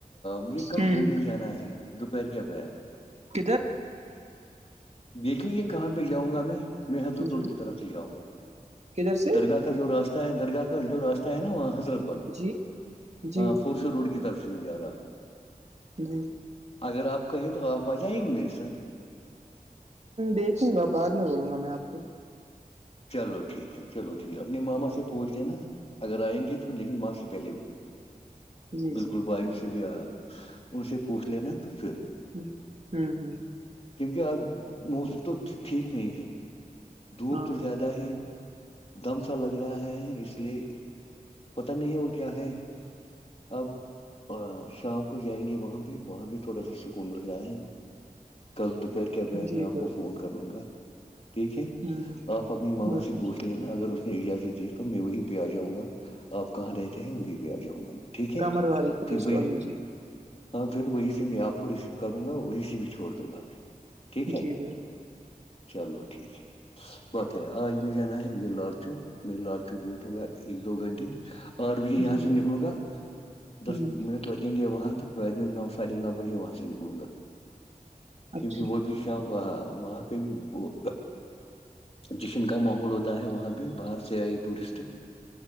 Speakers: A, on the left (about 40°); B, on the right (about 45°).
A: مجھے کل
B: ہ
A: گھومنے جانا ہے دوپہر کے بید
B: کدھر
A: دیکنی یہ کہاں پہ جؤں گا میں میں حضرڑ
B: جی
A: کی طرف سے جاؤں گا
B: کدھر سے
A: درگاہ کا جو راستہ ہے درگاہ کا جو راستہ ہے نا وہاں حضرت بل
B: جی جی
A: ہاں فورسو روڈ کی طرف سے بھی جا رہا ہوں
B: جی
A: اگر آپ کہیں تو آپ آ جائیں گی میرے ساتھ
B: دیکھوں گا بعد میں بولوں گا میں آپ کو
A: چلو ٹھیک ہے چلو ٹھیک ہے اپنے ماما سے پوچ دینا اگر آئیں گے تو لیکن ماں سے پہلے
B: جی
A: بالکل
B: جی
A: بائیو سے بھی آیا ان سے پوچھ لینا تو پھر
B: ہ ہوں ہوں
A: کیونکہ اب موسم تو ٹھیک نہیں ہے دھوپ
B: ہاں
A: تو زیادہ ہے دم سا لگ رہا ہے اس لیے پتا نہیں ہے وہ کیا ہے اب اور شام کو جائیں گے وہاں بھی وہاں بھی تھوڑا سا سکون مل رہا ہے کل دوپہر کے بیر
B: جی
A: میں آپ
B: بالکل
A: کو فون کر لوں گا ٹھیک ہے
B: ہ
A: آپ اپنی ماوں
B: بالکل
A: سے پوچھتے اگر اس نے اجازت دیے تو میں وہیں پہ آ جاؤں گا آپ کہاں رہتے ہیں وہیں پہ آ جاؤں گا میں ٹھیک ہے
B: کامرواری پولیس
A: پھر وہائی
B: کالونی جی
A: ہاں پھر وہی سے میں آپ کو ریسیو کروں گا وہ سے بھی چھوڑ دوں گا اھر ٹھیک ہے
B: جی بالکل
A: چلو ٹھیک ہے بات ہے آج میں جانا ہے مجھے لال چوک میں لال چوک بیٹھوں گا ایک دو گھنٹے آٹھ بجے یہاں
B: جی
A: سے نکلوں گا دس
B: ہ
A: منٹ لگیں گے وہاں تک بد نو ساڑھے نو بجے وہاں سے نکلوں گا
B: اچھا
A: کیونکہ وہ بھی شاک وہاں پہ بھی وہ جشن کا ماحول ہوتا ہے وہاں پہ باہر سے آئی ٹورسٹ